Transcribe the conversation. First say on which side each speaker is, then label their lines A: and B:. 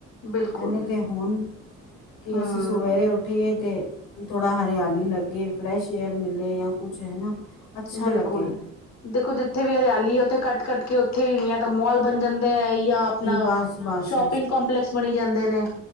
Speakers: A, on the left; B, on the left.
A: ਬਿਲਕੁਲ
B: ਐਨੇ ਤੇ ਹੁਣ, ਕਿ
A: ਹਮ
B: ਅਸੀਂ ਸੋਏ- ਉਠੇ ਤੇ ਥੋੜਾ ਹਰਿਆਲੀ ਲੱਗੇ, ਫਰੈਸ਼ ਏਅਰ ਮਿਲੇ ਜਾਂ ਕੁਛ ਹੈ। ਨਾ- ਅੱਛਾ
A: ਬਿਲਕੁਲ,
B: ਲੱਗੇ
A: ਦੇਖੋ ਜਿਥੇ ਵੀ ਹਰਿਆਲੀ ਆ ਉਥੇ ਕੱਟ -ਕੱਟ ਕੇ ਉਥੇ ਹੀ ਨਹੀ ਤਾਂ ਮੋਲ ਬਣ ਜਾਂਦਾ ਤੇ ਹੈ ਹੀ ਆਪਣਾ
B: ਬਸ ਬਸ
A: ਸ਼ੋਪਿੰਗ ਕੰਪਲੈਕਸ ਬਣੀ ਜਾਂਦੇ ਨੇ